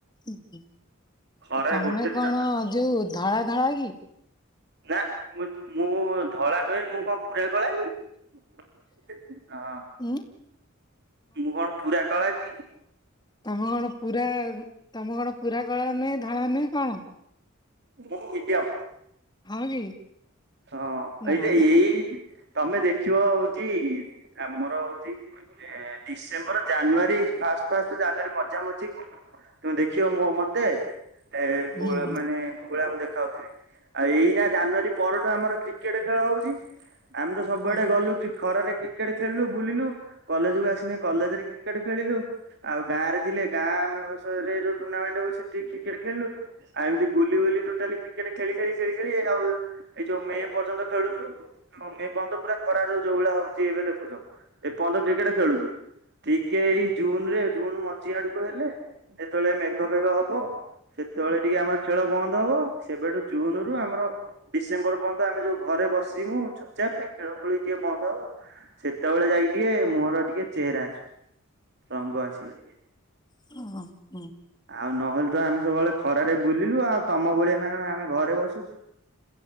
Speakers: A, on the left (about 20°); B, on the right (about 55°).
A: ହୁଁ ହୁଁ
B: ଖରାରେ
A: ତମେ
B: ଗୋଟେ ଦିନ
A: କଣ ଯୋଉ ଧଳା ଧଳା କି ହଁ
B: ନା। ମୁଁ ମୁଁ ଧଳା ନୁହେଁ ମୁଁ କଣ ପୁରା କଳା କି ହଁ।
A: ଉଁ
B: ମୁଁ କଣ ପୁରା କଳା କି?
A: ତମେ କଣ ପୁରା ତମେ। ପୁରା କଳା ନୁହେଁ ଧଳା ନୁହେଁ କଣ?
B: ମୁଁ ମିଡିଅମ୍।
A: ହଁ କି
B: ହଁ
A: ନା
B: ଏଇ
A: ନା
B: ଏଇ ତମେ ଦେଖିବ ହଉଛି ଆମର ତ ହଉଛି ଏ December January first first January ମଝିଆ ମଝୀକୁ ତମେ ଦେଖିବ ମୋ ମତେ। ଏ
A: ହୁଁ
B: କୋଳ ମାନେ କୋଉ ଭଳିଆ ମୁଁ ଦେଖାଉଥିବି ଆଉ ଏଇ ନା ଜାନୁଆରୀ ପରଠୁ ଆମର କ୍ରିକେଟ ଖେଳ ହଉଛି। ଆମେ ତ ସବୁଆଡେ
A: ହଁ
B: ଗଲୁ କ୍ରି ଖରାରେ। କ୍ରିକେଟ ଖେଳିଲୁ ବୁଲିଲୁ କଲେଜ କୁ ଆସିନି କଲେଜରେ କ୍ରିକେଟ ଖେଳିଲୁ ଆଉ ଗାଁ ରେ ଥିଲେ ଗାଁରେ ଯୋଉ ଟୁର୍ଣ୍ଣାମେଣ୍ଟ ହଉଛି ସେଠି କ୍ରିକେଟ ଖେଳିଲୁ ଆଉ ଏମତି ବୁଲି ବୁଲି ଟୋଟାଲି କ୍ରିକେଟ୍ ଖେଳି ଖେଳି ଖେଳି ଆଉ ଏଇ ଯୋଉ ମେ ପର୍ଯ୍ୟନ୍ତ ଖେଳୁଛୁ ମେ ପର୍ଯ୍ୟନ୍ତ ପୁରା ଖରା ଯ ଯୋଉ ଭଳିଆ ହଉଛି ଏବେ ଦେଖୁଛ ଏ ପର୍ଯ୍ୟନ୍ତ କ୍ରିକେଟ ଖେଳୁଛୁ ଟିକେ ଏଇ ଜୁନ ରେ ଜୁନ ମଝି ଆଡକୁ ହେଲେ ଯେତେବେଳେ ମେଘ ଫେଘ ହବ ସେତେବେଳେ ଟିକେ ଆମେ ଖେଳ ବନ୍ଦ ହବ ସେବେଠୁ ଜୁନୁ ଆମର ଡିସେମ୍ବର ପର୍ଯ୍ୟନ୍ତ ଆମେ ଯୋଉ ଘରେ ବସିବୁ ଚୁପ ଚାପ ଖେଳା ଖେଳି ଟିକେ ବନ୍ଦ ହବ ସେତେବେଳେ ଯାଇକି ଟିକେ ମୁହଁରେ ଟିକେ ଚେହେରା ଆସିବ ରଙ୍ଗ ଆସିବ ଟିକେ।
A: ହଁ ହୁଁ।
B: ଆଉ ନହେଲେ ତ ଆମେ ସବୁବେଳେ ଖରାରେ ବୁଲିଲୁ ଆଉ ତମ ଭଳିଆ ନା କଣ ଆମେ ଘରେ ବସୁଛୁ।